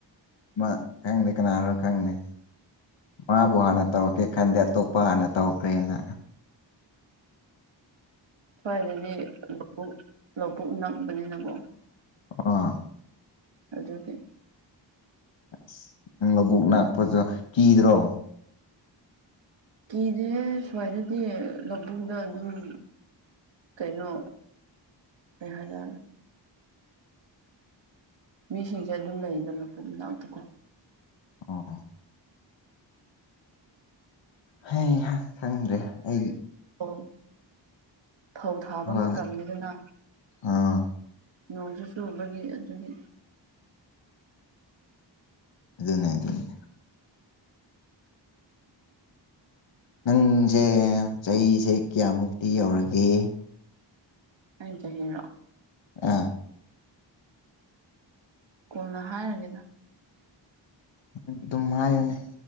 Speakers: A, on the left; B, on the right.
A: ꯃꯥ ꯈꯪꯗꯦ ꯀꯅꯥꯅꯣ ꯈꯪꯗꯦ ꯃꯥꯕꯨ ꯍꯥꯟꯅ ꯇꯧꯔꯛꯀꯦ ꯈꯟꯗꯦ ꯑꯇꯣꯞꯄ ꯅꯨꯄꯥꯅ ꯇꯧꯈ꯭ꯔꯦꯅ
B: ꯁ꯭ꯋꯥꯏꯗꯗꯤ ꯂꯧꯕ ꯂꯧꯕꯨꯛ ꯅꯛꯄꯅꯤꯅꯀꯣ
A: ꯑ
B: ꯑꯗꯨꯗ ꯑꯣꯀꯦ
A: ꯑꯁ ꯅꯪ ꯂꯕꯨꯛ ꯉꯥꯛꯄꯁꯨ ꯀꯤꯗ꯭ꯔꯣ
B: ꯀꯤꯗꯦ ꯁꯨꯃꯏꯅꯗꯤ ꯂꯧꯕꯨꯗ ꯑꯗꯨꯝ ꯀꯩꯅꯣ ꯀ ꯍꯥꯏꯖꯔ ꯃꯤꯁꯤꯡꯁꯦ ꯑꯗꯨꯝ ꯂꯩꯗꯅ ꯂꯥꯛꯄꯅꯥꯇꯀꯣ
A: ꯑꯣ ꯑ ꯍ ꯈꯪꯗ꯭ꯔꯦ ꯑꯩꯒꯤ
B: ꯑꯣ ꯐꯧ ꯊꯥꯕ
A: ꯍꯣꯏ
B: ꯃꯇꯝꯅꯤꯗꯅ
A: ꯑꯥ
B: ꯅꯣꯡꯁꯨ ꯆꯨꯕꯒꯤ ꯑꯗꯨꯒꯤ
A: ꯑꯗꯨꯅꯦ ꯑꯗꯨꯗꯅꯦ ꯅꯪꯁꯦ ꯆꯍꯤꯁꯦ ꯀꯌꯥꯃꯨꯛꯇꯤ ꯌꯧꯔꯒꯦ
B: ꯑꯩ ꯍꯔ
A: ꯑꯥ
B: ꯀꯣꯅ ꯍꯥꯏꯔꯒꯦꯗ
A: ꯎꯝ ꯑꯗꯨꯝꯃꯅꯦ